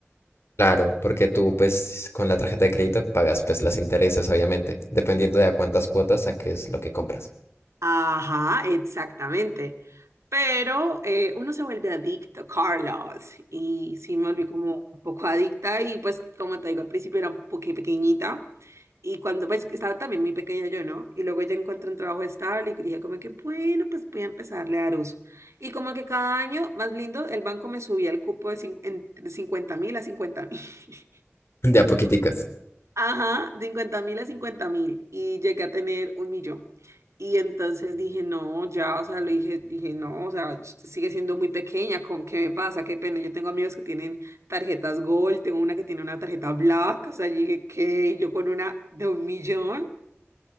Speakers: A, on the left (about 60°); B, on the right (about 85°).
A: Claro, porque tú pues con la tarjeta de crédito pagas pues los intereses, obviamente, dependiendo de a cuántas cuotas saques lo que compras.
B: Ajá, exactamente. Pero eh, uno se vuelve adicto, Carlos, y sí me volví como un poco adicta y pues como te digo, al principio era un poquito pequeñita y cuando pues estaba también muy pequeña yo, ¿no? Y luego ya encontré un trabajo estable y dije como que bueno, pues voy a empezarle a dar uso. Y como que cada año, más lindo, el banco me subía el cupo de cin- entre 50 mil a cincuenta mil. <laughs>
A: <laughs> De a poquiticas.
B: Ajá, cincuenta mil a cincuenta mil y llegué a tener un millón. Y entonces dije, no, ya, o sea, lo dije, dije, no, o sea, sigue siendo muy pequeña, ¿con qué me pasa? Qué pena. Yo tengo amigos que tienen tarjetas Gold, tengo una que tiene una tarjeta Black, o sea, yo dije, ¿qué? Yo con una de un millón.